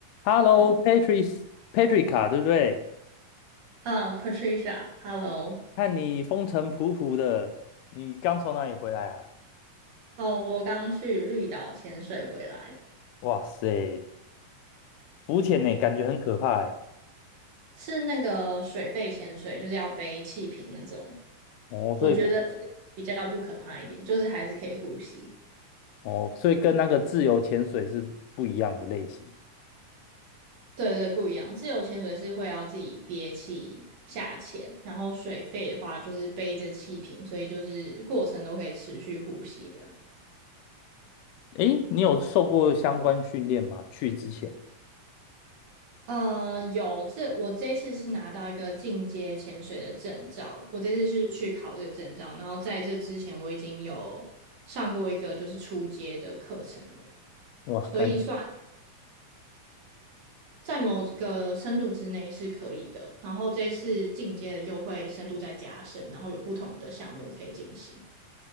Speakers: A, on the left; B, on the right.
A: Hello，Patrice
B: 哦，
A: Patrica，对不对？
B: 嗯，Patricia，Hello，
A: 看你风尘仆仆的，你刚从哪里回来啊？
B: 哦，我刚去绿岛潜水回来，
A: 哇塞，浮潜呢，感觉很可怕哎。
B: 是那个水肺潜水，就是要背气瓶那种。
A: 哦，
B: 我觉得这个比较不可怕一点，
A: 所以不
B: 就是还是可以呼吸。
A: 哦，所以跟那个自由潜水是不一样的类型。
B: 对对，不一样。自由潜水是会要自己憋气下潜，然后水肺的话就是背着气瓶，所以就是过程都可以持续呼吸的。
A: 诶，你有受过相关训练吗？去之前，
B: 呃，有这我这一次是拿到一个进阶潜水的证照，我这次是去考这个证照，然后在这之前我已经有上过一个就是初阶的课程了，
A: 哇，
B: 所以算
A: 感，
B: 在某个深度之内是可以的。然后这一次进阶的又会深度再加深，然后有不同的项目可以进行。